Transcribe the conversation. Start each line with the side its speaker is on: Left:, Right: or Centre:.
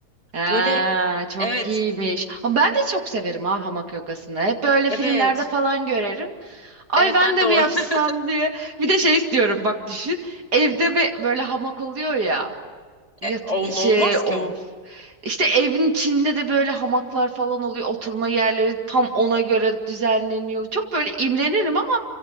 Right: Ha,
Left: Böyle
Right: çok
Left: evet
Right: iyiymiş. Ama ben de çok severim ha hamak yogasını. Hep böyle
Left: evet
Right: filmlerde falan görerim. Ay
Left: evet
Right: ben
Left: ben
Right: de
Left: de
Right: mi
Left: o
Right: yapsam
Left: <laughs>
Right: diye. Bir de şey istiyorum bak düşün. Evde ve böyle hamak oluyor ya. Yat
Left: E, onun
Right: şey
Left: olmaz ki
Right: of.
Left: o.
Right: İşte evin içinde de böyle hamaklar falan oluyor. Oturma yerleri tam ona göre düzenleniyor. Çok böyle imrenirim ama